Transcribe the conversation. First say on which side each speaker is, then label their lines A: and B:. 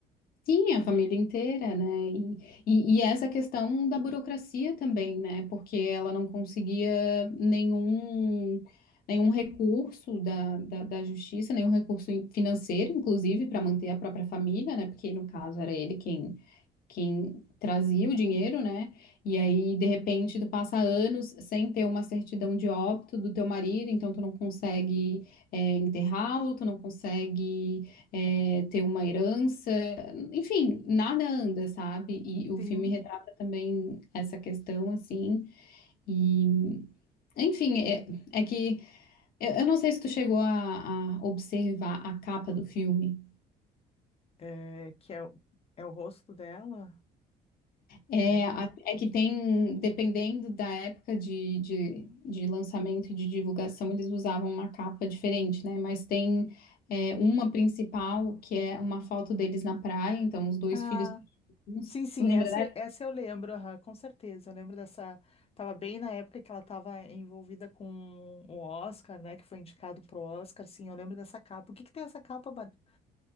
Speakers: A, on the left; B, on the left.
A: Sim, a família inteira, né? E, e, e essa questão da burocracia também, né? Porque ela não conseguia nenhum, nenhum recurso da, da, da justiça, nenhum recurso financeiro, inclusive, para manter a própria família, né? Porque no caso era ele quem quem trazia o dinheiro, né? E aí, de repente, tu passa anos sem ter uma certidão de óbito do teu marido, então tu não consegue é, enterrá-lo, tu não consegue é, ter uma herança, enfim, nada anda, sabe? E o
B: Sim,
A: filme retrata também essa questão, assim, e enfim, é, é que eu, eu não sei se tu chegou a a observar a capa do filme.
B: é, que é, o- é o rosto dela.
A: É,
B: É.
A: a- é que tem, dependendo da época de, de, de lançamento e de divulgação, eles usavam uma capa diferente, né? Mas tem é, uma principal, que é uma foto deles na praia, então os dois
B: Ah,
A: filhos pequenos.
B: sim, sim,
A: Lembra
B: essa,
A: dessa?
B: essa eu lembro, aham, com certeza. Eu lembro dessa. Tava bem na época que ela tava envolvida com o Oscar, né? Que foi indicado pro Oscar. Sim, eu lembro dessa capa. O que que tem essa capa, Bárbara?